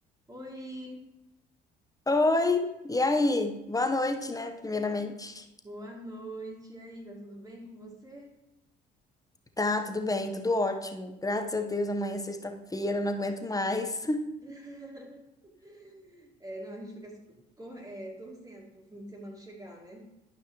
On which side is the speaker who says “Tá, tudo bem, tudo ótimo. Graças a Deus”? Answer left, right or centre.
Left